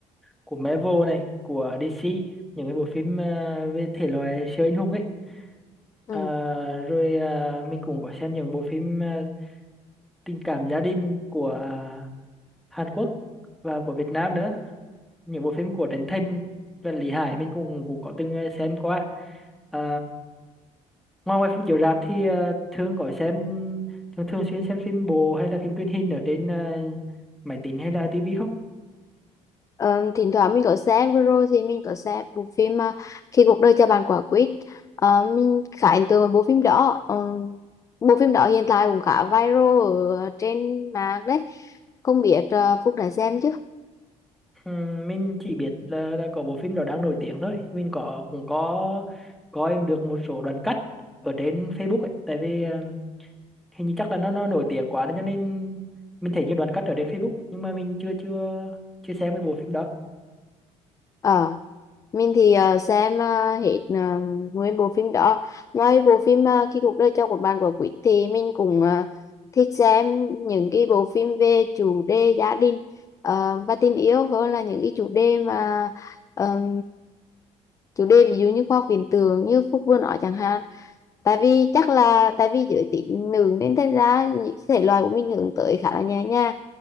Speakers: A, in the centre; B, on the left.
A: của Marvel này của DC những cái bộ phim ờ, về thể loại siêu anh hùng ấy
B: Ừ.
A: Ờ, rồi ờ, mình cũng có xem những bộ phim ờ, tình cảm gia đình của à, Hàn Quốc và của Việt Nam nữa những bộ phim của Trấn Thành và Lý Hải mình cũng cũng có từng ờ, xem qua à, ngoài ngoài phim chiếu rạp thì ờ, thường có xem thường thường xuyên xem phim bộ hay là phim truyền hình ở trên ờ, máy tính hay là tivi không
B: Ờ, thỉnh thoảng mình có xem vừa rồi thì mình có xem bộ phim ờ, Khi cuộc đời cho bạn quả quýt Ờ, mình khá ấn tượng với bộ phim đó Ờ, bộ phim đó hiện tại cũng khá viral ở trên mạng đấy không biết ờ, Phúc đã xem chứ
A: Ừm, mình chỉ biết là, là có bộ phim đó đang nổi tiếng thôi mình có cũng có coi được một số đoạn cắt ở trên Facebook ấy tại vì à, hình như chắc là nó nó nổi tiếng quá nên cho nên mình thấy nhiều đoạn cắt ở trên Facebook nhưng mà mình chưa chưa chưa xem cái bộ phim đó
B: Ờ mình thì ờ, xem uh, hết ờ, nguyên bộ phim đó ngoài bộ phim uh, khi cuộc đời cho của bạn của Quýt thì mình cũng ờ, thích xem những cái bộ phim về chủ đề gia đình ờ, và tình yêu hơn là những cái chủ đề mà ờm, chủ đề ví dụ như khoa học viễn tưởng như Phúc vừa nói chẳng hạn tại vì chắc là tại vì giới tính nữ nên thành ra những thể loại của mình hướng tới khá là nhẹ nhàng